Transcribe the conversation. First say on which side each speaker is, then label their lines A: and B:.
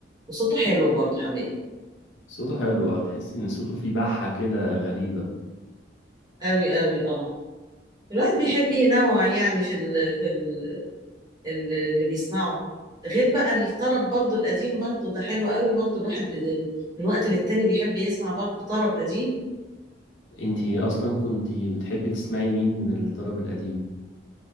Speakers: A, on the right; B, on the left.
A: وصوته حلو برضو حماقي
B: صوته حلو اه تحس ان صوته فيه بحة كده غريبة
A: قوي قوي آه الواحد بيحب ينوع يعني في ال... في ال... ال- اللي بيسمعه غير بقى الطرب برضو القديم برضو ده حلو قوي برضو الواحد بي... من وقت للتاني بيحب يسمع برضو طرب قديم
B: انتي اصلا كنتي بتحبي تسمعي مين من الطرب القديم